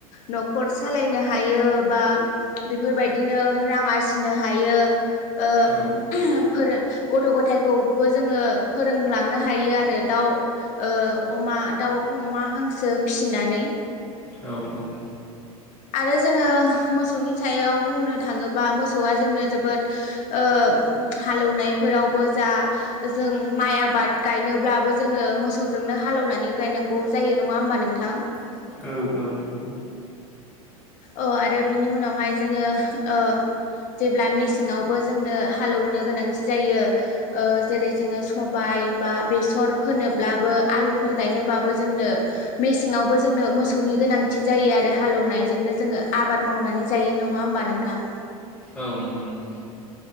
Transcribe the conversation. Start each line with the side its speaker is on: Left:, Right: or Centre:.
Left: न'खर सालायनो हायो बा बेफोरबायदिनो रां आरजिनो हायो। ओ
Centre: औ
Left: फोर गथ' गथखौबो जों <unintelligible> फोरोंलांनो हायो आरो दाउ ओ अमा दाउ अमा हांसो फिसिनानै।
Centre: औ औ
Left: आरो जोङो मोसौनि सायाव बुंनो थाङोबा मोसौआ जोंनो जोबोद ओ हालौवनायफोरावबो जा जों माइ आबाद गायनोब्लाबो जोङो मोसौजोंनो हालौवनानै गायनांगौ जायो नङा होमबा नोंथां?
Centre: औ औ नों
Left: औ आरो बिनि उनावहाय जोङो ओ जेब्ला मेसेङआवबो जोंनो हालेवनो गोनांथि जायो ओ जेरै जोङो सबाय बा बेसर फोनोब्लाबो आलुफोर गायनोबबो जोंनो मेसेंआवबो जोंनो मोसौनि गोनांथि जायो आरो हालौनाय जोंनो जोङो आबाद मावनानै जायो नङा होमबा नोंथां?
Centre: औ नंगौ नों